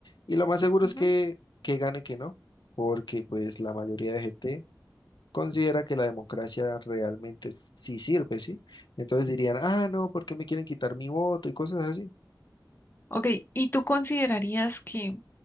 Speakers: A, on the left (about 75°); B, on the left (about 30°).
A: Y lo más seguro
B: Ujú.
A: es que, que gane que no, porque pues la mayoría de gente considera que la democracia realmente sí sirve, ¿sí? Entonces dirían, ah, no, ¿por qué me quieren quitar mi voto y cosas así?
B: Ok, ¿y tú considerarías que,